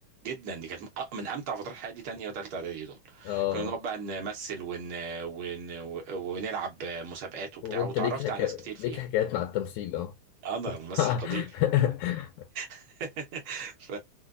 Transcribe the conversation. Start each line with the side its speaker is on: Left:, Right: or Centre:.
Right: جدا دي كانت من أ- من امتع فترات حياتي تانية وتالتة اعدادي دول
Left: اه
Right: كنا بنقعد بقى نمثل ون... ون... ونلعب مسابقات وبتاع
Left: وانت
Right: وتعرفت
Left: ليك حكا...
Right: على ناس كتير فيها
Left: ليك حكايات مع التمثيل اه
Right: انا ممثل
Left: <laughs>
Right: قدير <laughs> ف...